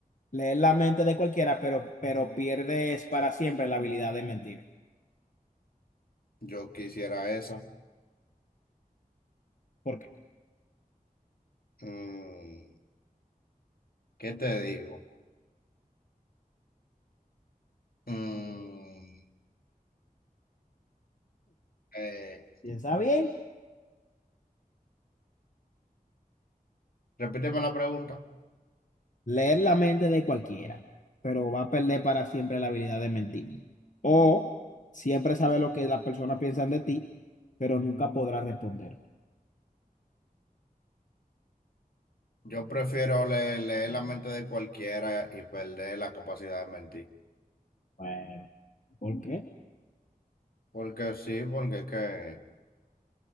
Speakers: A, on the left (about 55°); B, on the left (about 75°).
A: Leer la mente de cualquiera, pero, pero pierdes para siempre la habilidad de mentir.
B: yo quisiera esa.
A: ¿Por qué?
B: Mm, ¿qué te digo? Mm, eh,
A: Piensa bien,
B: repíteme la pregunta.
A: leer la mente de cualquiera, pero va a perder para siempre la habilidad de mentir. O siempre saber lo que las personas piensan de ti, pero nunca podrás responder.
B: Yo prefiero le- leer, la mente de cualquiera y perder la capacidad de mentir.
A: Bueno, ¿por qué?
B: Porque sí, porque es que